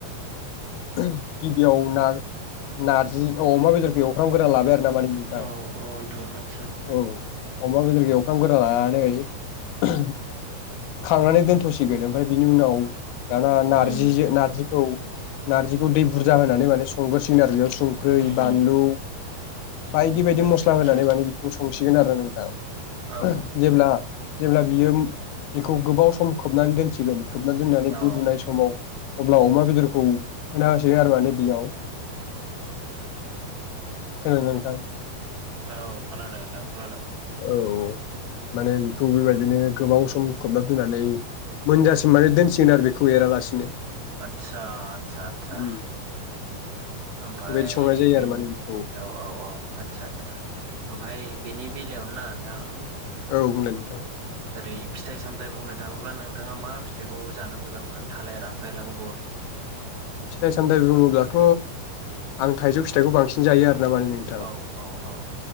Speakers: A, on the left (about 80°); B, on the right (about 45°).
A: गिबियाव ना नारजि अमा बेदरखौ एवखां ग्रोना लाबाय आरो नाम नोंथां
B: औ औ नोंथां आदसा
A: औ। अमा बेदरखौ एवफ्रामगोरना लानानै खांनानै दोनथ'सिगोन ओमफ्राय बिनि उनाव दाना नारजिजों
B: उम
A: नार्जिखौ नारजिखौ दै बुरजा होनानै माने संग्रोसिगोन आरो बेयाव संख्रै
B: उम
A: बानलु बायदि बायदि
B: आतसा
A: मस्ला
B: आतसा
A: होनानै माने बेखौ संसिगोन आरो नोंथां। ओ
B: औ
A: जेब्ला जेब्ला बियो बेखौ गोबाव सम खोबनानै दोनसिगोन खोबनानै दोननानै
B: औ
A: गुदुनाय समाव अब्ला अमा बेदरखौ होना होसिगोन आरो माने बियाव
B: <unintelligible>
A: खोनदोंना नोंथां?
B: औ खोनादों नोंथां खोनादों।
A: औ औ माने बेखौ बेबायदिनो गोबाव स सम खोबना दोननानै मोनजासिम माने दोनसिगोन आरो बेखौ एरालासिनो
B: आतसा आतसा आतसा
A: उम
B: ओमफाय
A: बेबायदि संनाय जायो
B: बे
A: आरो माने बेखौ
B: औ औ औ आतसा आतसा ओमफाय बिनि बेलायावनो ना नोंथां
A: औ बुंलाय नोंथां
B: ओरै फिथाइ सामथाय बुंनो थाङोब्ला नोंथाङा मा फिथाइखौ जानो मोजां मोनो थालिर आफाय आंगुर
A: फिथाइ सामथाय बुङोब्लाथ' आं थाइजौ फिथाइखौ बांसिन जायो आरो नामानि नोंथां
B: औ औ औ